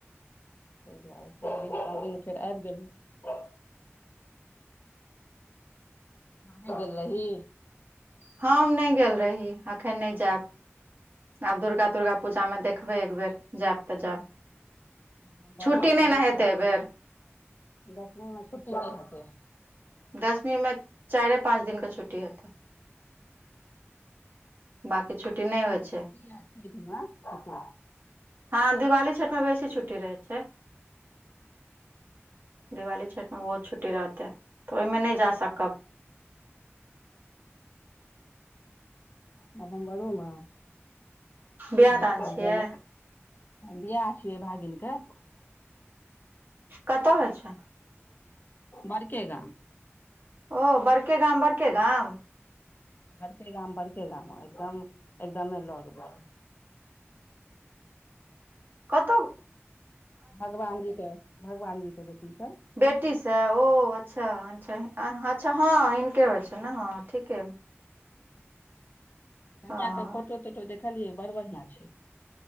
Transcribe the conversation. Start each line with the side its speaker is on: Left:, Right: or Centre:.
Left: ताहि दुआरे चारि दिन पाँच दिन फेर आबि गेलहुँ न गेल रही
Right: हम नहि गेल रही एखन नहि जायब आब दुर्गा दुर्गा पूजामे देखबै एक बेर ज‌एब तऽ ज‌एब
Left: नवम्बर
Right: छुट्टी
Left: मे सेहो
Right: नहि ने हेतै
Left: छै
Right: एहि बेर
Left: दसमी मे छुट्टी नहि हेतै
Right: दसवीं में चारे पाँच दिन का छुट्टी हेतै बाँकी छुट्टी
Left: दीबाली
Right: नहि होइ छै
Left: या छैठमा कत
Right: हँ दिवाली छठिमे बेसी छुट्टी रहै छै दिवाली छठमे बहुत छुटी रहतै तऽ ओहिमे नहि जा सकब
Left: नवम्बरोमे
Right: बियाह
Left: ह
Right: दान
Left: कह
Right: छियै
Left: जाइ बिआह छियै भागिनके
Right: कतऽ होइ छै
Left: बड़के गाम
Right: ओ बड़के गाम बड़के गाम
Left: बड़ के गाम बड़ के गाम एकदम एकदमे लग बैठल।
Right: कतह
Left: भगवानजी के भगवानजी के बचत।
Right: बेटी सँ ओ अच्छा अ अच्छा हँ हिनके होइ छ ने हँ ठीके
Left: कनिआ
Right: हँ
Left: के फोटो तोटो देखलियै बड़ बढ़िआँ छै